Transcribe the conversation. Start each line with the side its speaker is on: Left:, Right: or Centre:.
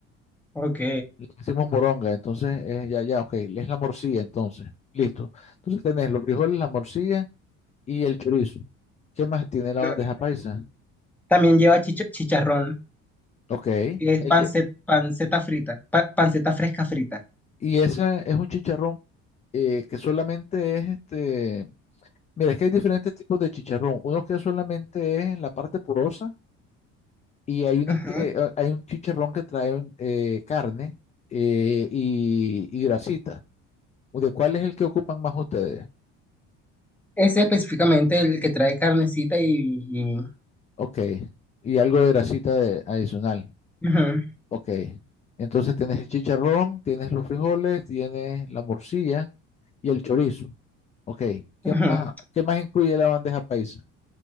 Centre: Ok.
Left: Le decimos moronga. Entonces, eh, ya, ya, ok. Es la morcilla, entonces. Listo. Entonces tenés los frijoles, la morcilla. y el chorizo. ¿Qué más tiene la
Centre: Claro.
Left: bandeja paisa?
Centre: También lleva chicha- chicharrón.
Left: Ok,
Centre: que Es
Left: el
Centre: panceta,
Left: que,
Centre: panceta frita, pa- panceta fresca frita.
Left: y esa es un chicharrón eh, que solamente es este. Mira, es que hay diferentes tipos de chicharrón. Uno que solamente es la parte porosa y hay unas
Centre: Ajá.
Left: que eh, hay un chicharrón que trae eh, carne eh, y, y grasita. ¿De cuál es el que ocupan más ustedes?
Centre: Ese específicamente el que trae carnecita y, y-
Left: Ok, y algo de grasita de- adicional.
Centre: ujú,
Left: Ok. Entonces tienes el chicharrón, tienes los frijoles, tienes la morcilla y el chorizo. Ok. ¿Qué
Centre: ujú.
Left: más, qué más incluye la bandeja paisa?